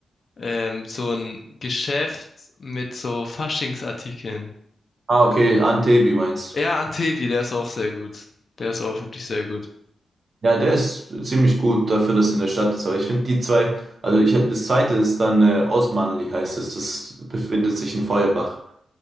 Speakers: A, on the left (about 45°); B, on the right (about 40°).
A: Ähm, so ein Geschäft mit so Faschingsartikeln.
B: Ah, okay, Antebi meinst
A: Ja, Antevi, der ist auch sehr gut. Der ist auch wirklich sehr gut.
B: Ja, der ist ziemlich gut dafür, dass er in der Stadt ist. Aber ich finde die zwei, also ich, das zweite ist dann äh, Osmanli heißt es. Das befindet sich in Feuerbach.